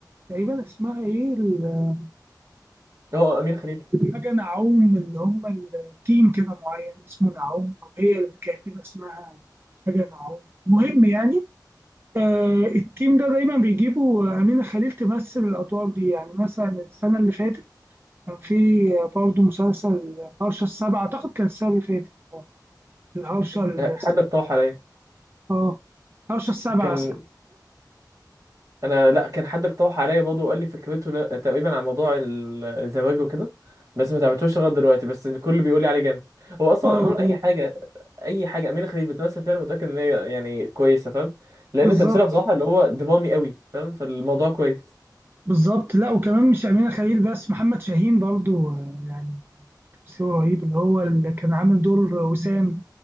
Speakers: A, on the right; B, on the right.
A: تقريبا اسمها ايه ال-
B: هو امين خليل
A: حاجة نعوم اللي هم التيم كده معين اسمه نعوم أو هي الكاتبة اسمها حاجة نعوم مهم يعني آه التيم ده دايما بيجيبوا أمينة خليل تمثل الأدوار دي يعني مثلا السنة اللي فاتت كان في برضه مسلسل هرشة السبعة أعتقد كان السنة اللي فاتت آه، الهرشة ال-
B: آه، حد اقترح عليا
A: اه هرشة السبعة
B: كان
A: اسمه
B: انا لا كان حد اقترح عليا برضه وقال لي فكرته ن- تقريبا عن موضوع ال- الزواج وكده بس ما تعبتوش لغايه دلوقتي بس الكل بيقول لي عليه جامد هو اصلا
A: اه
B: عموما اي حاجه اي حاجه امينه خليل بتمثل فيها انا متاكد ان هي يعني كويسه فاهم لان
A: بالظبط
B: تمثيلها بصراحه اللي هو درامي قوي فاهم فالموضوع كويس
A: بالظبط لا وكمان مش أمينة خليل بس محمد شاهين برضو آه، يعني تمثيله رهيب اللي هو اللي كان عامل دور وسام